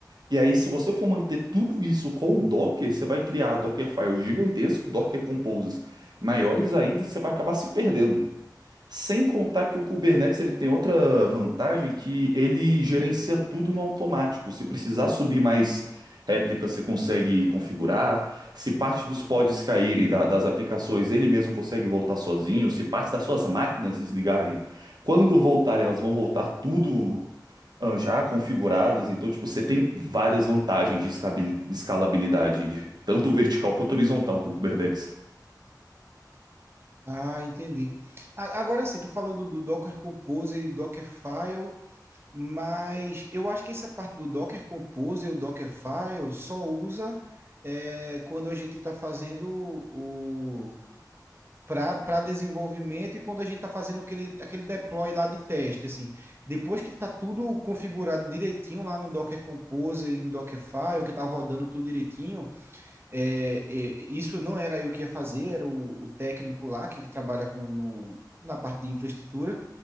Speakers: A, on the right; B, on the right.
A: E aí, se você for manter tudo isso com o Docker, você vai criar Dockerfiles gigantesco, Docker Composes maiores ainda, e você vai acabar se perdendo. Sem contar que o Kubernetes ele tem outra vantagem que ele gerencia tudo no automático. Se precisar subir mais réplicas, você consegue configurar. Se parte dos pods caírem da- das aplicações, ele mesmo consegue voltar sozinho. Se parte das suas máquinas desligarem, quando voltarem, elas vão voltar tudo ah, já configuradas. Então, tipo, você tem várias vantagens de escabil- de escalabilidade, de- tanto vertical quanto horizontal com o Kubernetes.
B: Ah, entendi. A- Agora sim, tu falou do, do Docker Compose e Dockerfile, mas eu acho que essa parte do Docker Compose e o Dockerfile só usa eh, quando a gente está fazendo o para desenvolvimento e quando a gente está fazendo aquele, aquele deploy lá de teste, assim, depois que está tudo configurado direitinho lá no Docker Compose e no Dockerfile, que está rodando tudo direitinho, é, é, isso não era eu que ia fazer, era o, o técnico lá que trabalha com, no, na parte de infraestrutura,